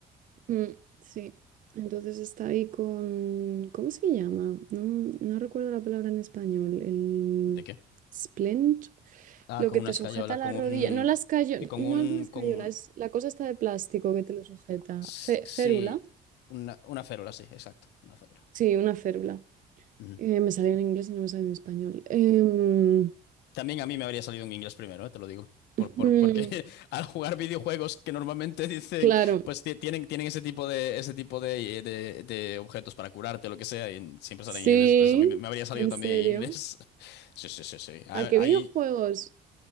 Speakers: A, on the right; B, on the left.
A: Mm, sí, entonces está ahí con, ¿cómo se llama? No, no recuerdo la palabra en español, el
B: ¿De qué?
A: splint,
B: Ah,
A: lo
B: con
A: que
B: una
A: te
B: escayola,
A: sujeta la
B: con
A: rodilla,
B: un...
A: no las escayola,
B: Sí, con
A: no
B: un...
A: es una escayola,
B: Con...
A: es la cosa está de plástico que te lo sujeta,
B: s-
A: Fe-
B: Sí,
A: férula,
B: una, una férula, sí, exacto, una férula.
A: sí, una férula.
B: Ujú.
A: Eh, me salió en inglés y no me salió en español. Em,
B: También a mí me habría salido en inglés primero, eh, te lo digo. Por,
A: <laughs>
B: por-
A: mm,
B: porque <laughs> al jugar videojuegos que normalmente <laughs> dicen,
A: claro,
B: pues ti- tienen, tienen ese tipo de, ese tipo de, eh, de- de objetos para curarte, lo que sea, y siempre
A: sí,
B: salen en inglés, entonces a mí me me habría salido
A: en
B: también
A: serio.
B: en inglés. <laughs> Sí, sí, sí, sí. Hay,
A: ¿A qué
B: hay,
A: videojuegos?